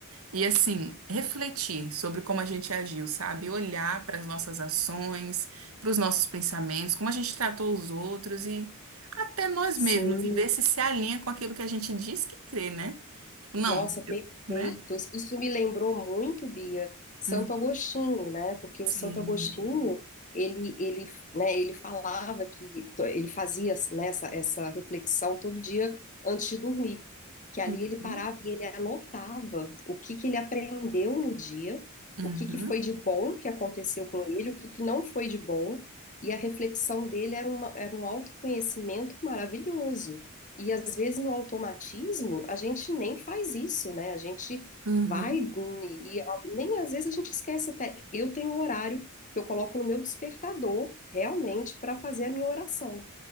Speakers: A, on the right; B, on the left.
A: e, assim, refletir sobre como a gente agiu, sabe? Olhar para as nossas ações, para os nossos pensamentos, como a gente tratou os outros e até nós mesmos,
B: Sim,
A: e ver se se alinha com aquilo que a gente diz que crê, né? Tipo, não,
B: Nossa, perfeitos.
A: né?
B: Isso me lembrou muito, Bia, Santo
A: Hum,
B: Agostinho, né? Porque
A: Sim.
B: o Santo Agostinho, ele, ele, né, ele falava que ele fazia, né, essa, essa reflexão todo dia antes de dormir, que ali
A: Uhum.
B: ele parava e ele anotava o que que ele aprendeu no dia,
A: Uhum.
B: o que que foi de bom que aconteceu com ele, o que que não foi de bom, e a reflexão dele era uma, era um autoconhecimento maravilhoso. E às vezes no automatismo a gente nem faz isso, né? A gente
A: Uhum.
B: vai e nem às vezes a gente esquece até. Eu tenho um horário que eu coloco no meu despertador realmente para fazer a minha oração,